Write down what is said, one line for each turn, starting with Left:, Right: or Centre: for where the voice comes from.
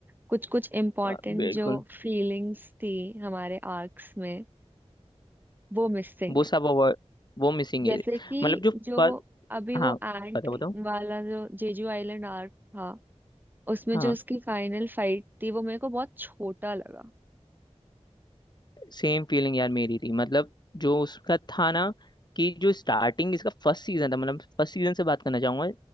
Right: कुछ कुछ इम्पोर्टेंट
Left: आ, बिल्कुल
Right: जो फीलिंग्स थी हमारे आर्क्स में वो मिसिंग
Left: वो
Right: है
Left: सब अवॉइड वो मिसिंग
Right: जैसे
Left: है
Right: कि
Left: मतलब जो
Right: जो
Left: फर्स्ट
Right: अभी वो
Left: हाँ
Right: एंट
Left: बताओ बताओ
Right: वाला जो जेजू आइलैंड आर्क था उसमें
Left: हाँ
Right: जो उसकी फाइनल फाइट थी वो मेरे को बहुत छोटा लगा
Left: सेम फीलिंग यार मेरी थी मतलब जो उसका था ना कि जो स्टार्टिंग इसका फर्स्ट सीजन था मतलब फर्स्ट सीजन से बात करना चाहूंगा